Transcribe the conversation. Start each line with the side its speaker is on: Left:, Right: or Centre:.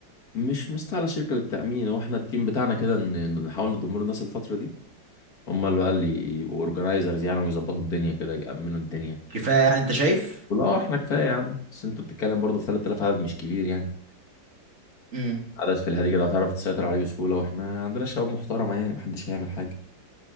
Left: مش مستاهله شركه للتامين هو احنا التيم بتاعنا كده ن- نحاول نضم له الناس الفتره دي هم اللي بقى اللي يبقوا اورجنايزرز يعني ويظبطوا الدنيا كده يامنوا الدنيا
Right: كفاية يعني انت شايف
Left: ولا احنا كفايه يا عم بس انت بتتكلم برضه في 3000 عدد مش كبير يعني
Right: امم
Left: عدد في الهادي كده هتعرف تسيطر عليه بسهولة واحنا عندنا شباب محترمة يعني محدش هيعمل حاجة